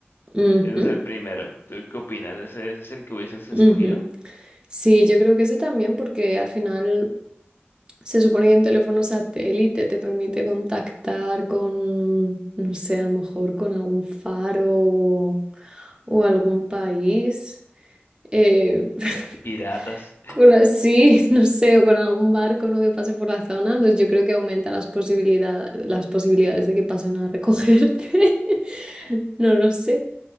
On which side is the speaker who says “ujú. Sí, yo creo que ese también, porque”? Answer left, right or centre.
Right